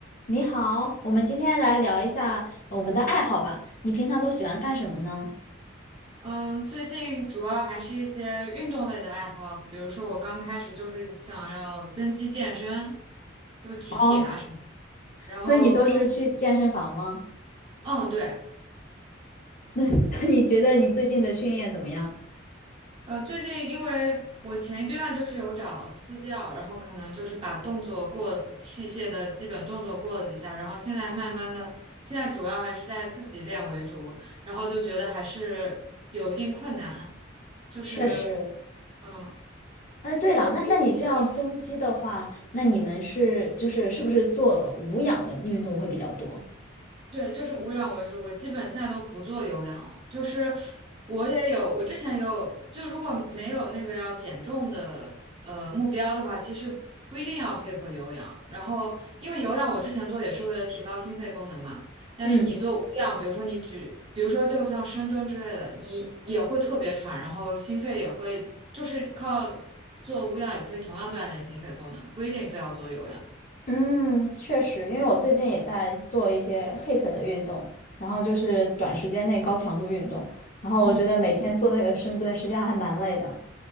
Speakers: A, on the left (about 40°); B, on the right (about 25°).
A: 你好，我们今天来聊一下我们的爱好吧。你平常都喜欢干什么呢？
B: 嗯，最近主要还是一些运动类的爱好，比如说我刚开始就是想要增肌健身，就举铁啊什么。
A: 哦，
B: 然后中，
A: 所以你都是去健身房吗？
B: 嗯，对，
A: <laughs> 你觉得你最近的训练怎么样？
B: 呃，最近因为我前一阶段就是有找私教，然后可能就是把动作过器械的基本动作过了一下，然后现在慢慢的，现在主要还是在自己练为主，然后就觉得还是有一定困难，就是
A: 确实。
B: 嗯，
A: 呃，对了，
B: 就比如说。
A: 那那你这样增肌的话，那你们是就是是不是做无氧的运动会比较多？
B: 对，就是无氧为主，我基本现在都不做有氧了。就是我也有，我之前也有，就如果没有那个要减重的呃目标的话，其实不一定要配合有氧。然后，因为有氧我之前做也是为了提高心肺功能嘛，但是你做无氧，
A: 嗯
B: 比如说你举，比如说就像深蹲之类的，你也会特别喘，然后心肺也会，就是靠做无氧也可以同样锻炼心肺功能，不一定非要做有氧。
A: 嗯，确实，因为我最近也在做一些 HIIT 的运动，然后就是短时间内高强度运动，然后我觉得每天做那个深蹲，
B: 嗯。
A: 实际上还蛮累的。